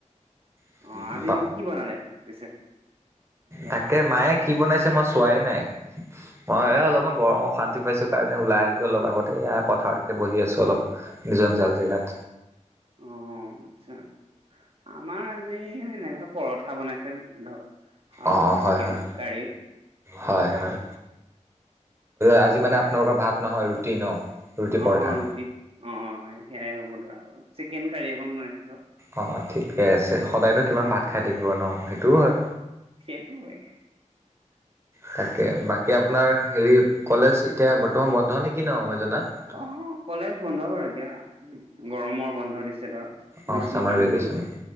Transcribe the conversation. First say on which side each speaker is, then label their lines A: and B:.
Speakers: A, on the right; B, on the right.
A: আহোঁতে
B: অ, আজি কি বনালে পিছে? ভাতত?
A: তাকে মায়ে কি বনাইছে মই চোৱাই নাই মই
B: অ
A: অলপমান
B: অ
A: গৰম অশান্তি পাইছো। কাৰণে ওলাই আহিলোঁ অলপ আগতে এইয়া পথাৰতে বহি আছোঁ অলপ নিজন জাল জেগাত।
B: অ', আচ্ছা আমাৰ আজি এনেকা পৰঠা বনাইছে ধৰ আৰু
A: অ',
B: চিকেন
A: হয় হয়
B: কাৰী।
A: হয় হয়।
B: আমাৰ
A: আজি মানে
B: সেয়াই
A: আপোনালোকৰ ভাত নহয় ৰুটি ন ৰুটি
B: অ'
A: পৰঠা।
B: ৰুটি অ', সেয়াই হ'ব ধৰা চিকেন কাৰী অকণ <unintelligible>
A: অঁ', ঠিকে আছে সদায়নো কিমান ভাত খাই থাকিব ন সেইটোও হয়।
B: সেইটোৱেই।
A: তাকে বাকী আপোনাৰ হেৰি কলেজ এতিয়া বৰ্তমান বন্ধ নেকি ন মই জনাত।
B: অ', কলেজ বন্ধ বাৰু এতিয়া গৰমৰ বন্ধ দিছে ধৰ। গ্ৰীষ্মকালীন
A: অঁ', ছামাৰ ভেকেশ্যন
B: বন্ধ